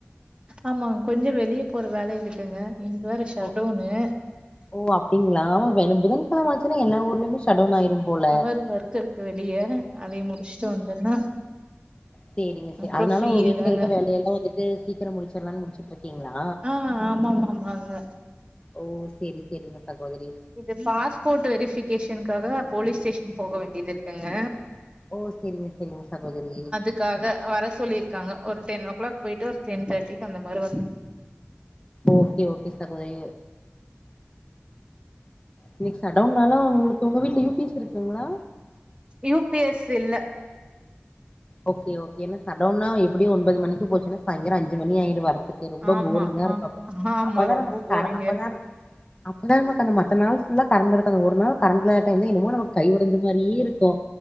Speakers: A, on the right; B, on the left.
A: ஆமாங்க கொஞ்ச வெளிய போற வேல இருக்குங்க இன்னைக்கு வேற ஷட்டவுன்னு
B: ஓ ஓ அப்டிங்களா வேணு புதன்கெழம ஆச்சுன்னா எல்லா ஊர்லயுமே ஷட்டவுன் ஆயிரும் போல
A: அவர் ஒர்க் இருக்கு வெளிய அதையு முடிச்ட்டு வந்தேன்னா
B: சேரிங்க சே
A: அப்றோ
B: அதனால
A: ஃப்ரீயே
B: வீட்டுல
A: தாங்க
B: இருக்க வேலையெல்லா வந்துட்டு சீக்கிரோ முடிச் சிரலான்னு முடிச்ட்டு இருக்கீங்களா
A: ஆ ஆமாமாமாங்க
B: ஓ சேரி செரிங்க சகோதரி
A: இது பாஸ்போர்ட் வெரிஃபிகேஷன்காக போலீஸ் ஸ்டேஷன் போக வேண்டிதிருக்குங்க
B: ஓ செரிங்க செரிங்க சகோதரி
A: க்காக வர சொல்லிர்க்காங்க ஒரு டென் ஓ கிளாக் போய்ட்டு ஒரு டென் தேர்ட்டிக்கு அந்த மாரி வந்து
B: ஓகே ஓகே சகோதரி இன்னைக் ஷடோன்னாலு உங்ளுக்கு உங்க வீட்ல யூ பி எஸ் இருக்குங்ளா
A: யூ பி எஸ் இல்ல
B: ஓகே ஓகே என்ன ஷடோன்னா எப்டியு ஒன்பது மணிக்கு போச்சுன்னா சாய்ந்தரோ அஞ்சுமணி ஆய்ரு வர த்துக்கு ரொம்ப
A: ஆமா
B: போரிங்காருக்கு
A: ஆ
B: அப்ப
A: ஆமா
B: அப்பதா
A: ரொம்ப
B: நம்ம
A: போரிங்கா
B: க அப்பதா
A: இருக்கு
B: அப்பதா நமக்கு அந்த மத்த நாள் ஃபுல்லா கரண்ட்ருக்கு அந்த ஒரு நாள் கரண்ட் இல்லாத டைம் தா என்னமோ நமக் கை ஒடஞ்ச மாரியே இருக்கு